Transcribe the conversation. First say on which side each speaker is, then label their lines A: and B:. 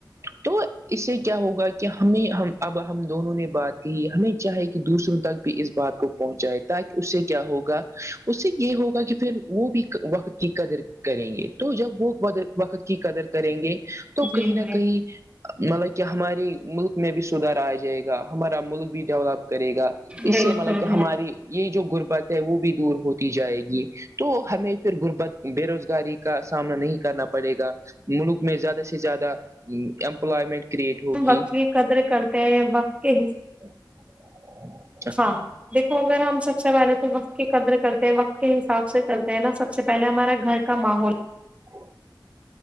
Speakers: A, on the right; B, on the right.
A: تو اس سے کیا ہوگا کی ہمیں ہم اب ہم دونوں نے بات کی ہمیں چاہے کی دوسروں تک اس بات کو پہنچائے تاکہ اس سے کیا ہوگا اس سے یے ہوگا کی فیر وہ بھی وقت کی قدر کریں گے تو جب وہ وقت کی قدر کریں گے تو
B: جی
A: کہیں
B: جی
A: نہ کہیں مطلب کی ہمارے ملک میں بھی سدھار آ جائے گا ہمارا ملک بھی ڈیولپ کرے گا اس
B: بالکل
A: سے مطلب کی
B: بالکل
A: ہماری یے جو غربت ہے وہ بھی دور ہوتی جائے گی تو ہمیں پھر غربت بے روزگاری کا سامنا نہیں کرنا پڑے گا ملک میں زیادہ سے زیادہ ایمپائمٹ کریٹ ہوگی
B: وقت کی قدر کرتے ہیں وقت کے حصا
A: <inaudible>
B: ہاں تو اگر ہم سب سے پہلے تو وقت کی قدر کرتے ہیں وقت کے حساب سے چلتے ہیں نا سب سے پہلے ہمارا گھر کا ماحول
A: <inaudible>